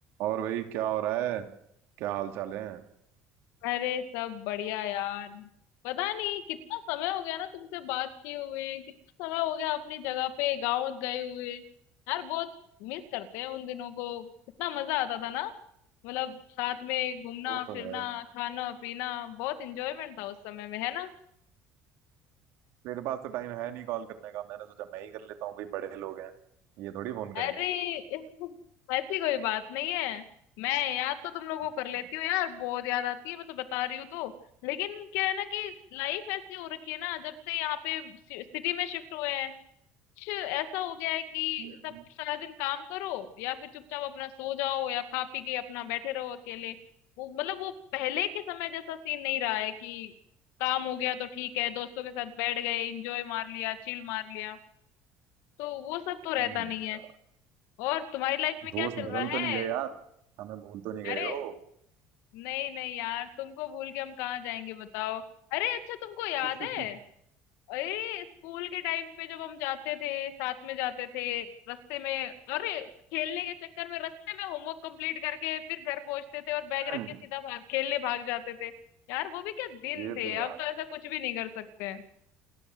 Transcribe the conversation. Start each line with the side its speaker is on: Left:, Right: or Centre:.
Right: और भाई क्या हो रहा है क्या हाल चाल है
Left: अरे सब बढ़िया यार पता नहीं कितना समय हो गया ना तुमसे बात किए हुए कितना समय हो गया अपनी जगह पे गांव गए हुए यार बहुत मिस करते हैं उन दिनों को कितना मजा आता था ना मतलब साथ में घूमना
Right: वो तो
Left: फिरना
Right: है
Left: खाना पीना बहुत इंजॉयमेंट था उस समय में है ना
Right: मेरे पास तो टाइम है नहीं कॉल करने का मैंने सोचा मैं ही कर लेता हूँ भाई बड़े लोग हैं ये थोड़ी फोन करेंगे
Left: अरे <laughs> ऐसी कोई बात नहीं है मैं याद तो तुम लोगों
Right: हम्म,
Left: को कर लेती हूँ यार बहुत याद आती है मैं तो बता रही हूँ तो लेकिन क्या है ना कि लाइफ ऐसी हो रखी है ना जब से यहाँ पे सिटी में शिफ्ट हुए हैं कुछ ऐसा हो गया है कि
Right: हम्म,
Left: सब सारा दिन काम करो या फिर चुपचाप अपना सो जाओ या खा पी के अपना बैठे रहो अकेले वो मतलब वो पहले के समय जैसा सीन नहीं रहा है कि काम हो गया तो ठीक है दोस्तों के साथ बैठ गए इंजॉय मार लिया चिल मार लिया तो वो सब तो रहता
Right: समझ
Left: नहीं
Right: गया
Left: है और तुम्हारी लाइफ में क्या
Right: दोस्त
Left: चल
Right: बदल
Left: रहा
Right: तो
Left: है
Right: नहीं गए यार हमें भूल तो नहीं
Left: अरे
Right: गए हो
Left: नहीं नहीं यार तुमको भूल के हम कहाँ जाएंगे बताओ अरे अच्छा तुमको याद
Right: <laughs>
Left: है अरे स्कूल के टाइम पे जब हम जाते थे साथ में जाते थे रास्ते में अरे खेलने के चक्कर में रास्ते में होमवर्क कंप्लीट करके फिर घर पहुंचते थे और बैग
Right: हम्म,
Left: रख के सीधा भाग खेलने भाग जाते थे यार वो भी क्या दिन
Right: ये
Left: थे
Right: तो याद
Left: अब तो
Right: है
Left: ऐसा कुछ भी नहीं कर सकते हैं